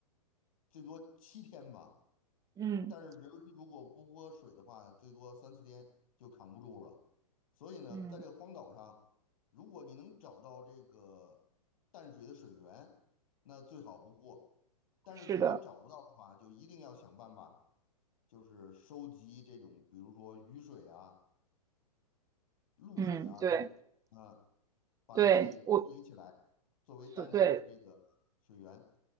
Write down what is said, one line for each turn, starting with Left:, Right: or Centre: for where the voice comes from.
Left: 最多七天吧。
Right: 嗯
Left: 但是人如果不喝水的话，最多三四天就扛不住了。所以呢，
Right: 嗯，
Left: 在这个荒岛上，如果你能找到这个淡水的水源，那最好不过。但是如果找不到的话，
Right: 是的，
Left: 就一定要想办法，就是收集这种，比如说雨水啊、露水啊这种，
Right: 嗯，对
Left: 嗯、把它这给积累起来，
Right: 对，我
Left: 作为淡水的这个水源
Right: 所对，